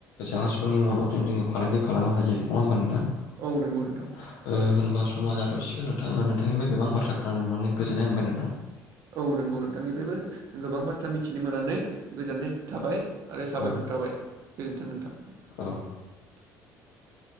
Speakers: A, on the left (about 75°); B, on the right (about 60°).
A: जाहाजफोरनि मददजों जोङो फालांगि खालामनो हायो नङा होमबा नोंथां? <inaudible> ओ
B: औ नंगौ नोंथां
A: होनबा सम समाज जाथ'सिगोन नोंथांा आरो नोंथांनिफ्राय गोबां बाथ्रा खोनानो मोननानै गोजोननाय मोनबाय नोंथां
B: <inaudible> आरो साबायखर थाबाय
A: औ
B: गोजोन्थों
A: औ
B: नोंथां